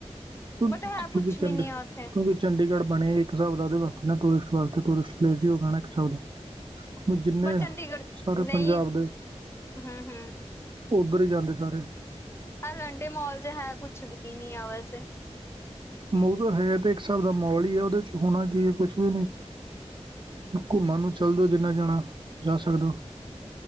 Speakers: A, on the right; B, on the left.
A: ਤੂੰ
B: ਬਟ ਹੈ ਕੁਛ
A: ਚੰਡ
B: ਵੀ ਨੀ
A: <unintelligible>
B: ਆ ਉੱਥੇ
A: ਤ ਚੰਡੀਗੜ੍ਹ ਬਣੇ ਇਕ ਹਿਸਾਬ ਦਾ ਉਹਦੇ ਵਾਸਤੇ ਨਾ ਟੂਰਿਸਟ ਵਾਸਤੇ ਟੂਰਿਸਟ ਪਲੇਸ ਹੀ ਉਹ ਕਹਿਣਾ ਇਕ ਹਿਸਾਬ ਦਾ- ਜਿੰਨੇ
B: ਬਟ ਚੰਡੀਗੜ੍ਹ
A: ਸਾਰੇ
B: ਨਹੀਂ
A: ਪੰਜਾਬ ਦੇ
B: ਹਮ ਹਮ
A: ਉੱਧਰ ਹੀ ਜਾਂਦੇ ਸਾਰੇ।
B: ਆਲੰਟੇ ਮਾਲ ਚ ਹੈ ਕੁਛ ਵੀ ਨੀ ਆ ਵੈਸੇ।
A: ਮ ਤਾਂ ਹੈ ਤੇ ਇਕ ਹਿਸਾਬ ਦਾ ਮੋਲ ਹੀ ਹੈ। ਉਹਦੇ 'ਚ ਹੋਣਾ ਕੀ ਹੈ ਕੁਛ ਵੀ ਨਹੀ। ਘੁੰਮਣ ਨੂੰ ਚਲ ਜੋ ਜਿੰਨਾ ਜਾਣਾ ਜਾ ਸਕਦਾ।